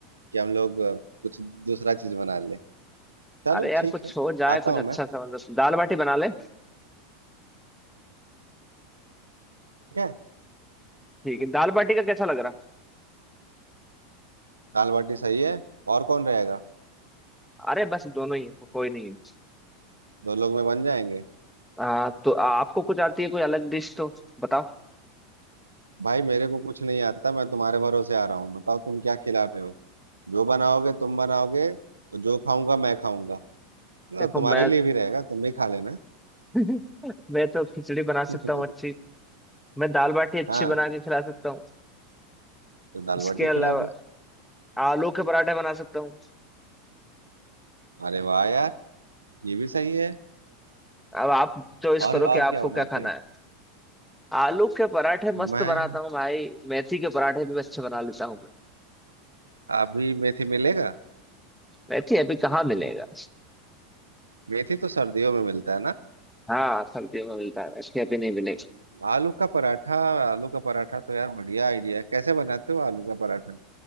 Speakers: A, on the right; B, in the centre.
A: कि हम लोग अ, कुछ दूसरा चीज बना ले चलो
B: अरे यार
A: ठीक
B: कुछ
A: है
B: हो जाए
A: आता
B: कुछ
A: हूँ
B: अच्छा
A: मैं
B: सा मतलब दाल बाटी बना ले
A: ठीक है
B: ठीक है दाल बाटी का कैसा लग रहा
A: दाल बाटी सही है और कौन रहेगा
B: अरे बस दोनों ही है कोई नहीं है
A: दो लोग में बन जाएंगे
B: आ, तो आपको कुछ आती है कोई अलग डिश तो बताओ
A: भाई मेरे को कुछ नहीं आता मैं तुम्हारे भरोसे आ रहा हूँ बताओ तुम क्या खिला रहे हो जो बनाओगे तुम बनाओगे और जो खाऊंगा मैं खाऊंगा ना,
B: देखो
A: तुम्हारे
B: मैं
A: लिए भी रहेगा तुम भी खा लेना
B: <laughs> मैं तो खिचड़ी बना सकता
A: <laughs>
B: हूँ अच्छी मैं दाल बाटी अच्छी
A: हाँ
B: बना के खिला सकता हूँ
A: तो दाल
B: इसके
A: बाटी
B: अलावा
A: खिला दो
B: आलू के पराठे बना सकता हूँ
A: अरे वाह यार ये भी सही है
B: अब आप चॉइस
A: और
B: करो
A: और
B: कि
A: क्या
B: आपको
A: बनाते
B: क्या खाना
A: हो
B: है आलू के पराठे
A: मैं
B: मस्त बनाता हूँ भाई मेथी के पराठे भी अच्छे बना लेता हूँ मैं
A: अभी मेथी मिलेगा
B: मेथी अभी कहाँ मिलेगा
A: मेथी तो सर्दियों में मिलता है ना
B: हाँ सब्जी में मिलता है मेथी अभी नहीं मिलेगा
A: आलू का पराठा आलू का पराठा तो यार बढ़िया आइडिया है कैसे बनाते हो आलू का पराठा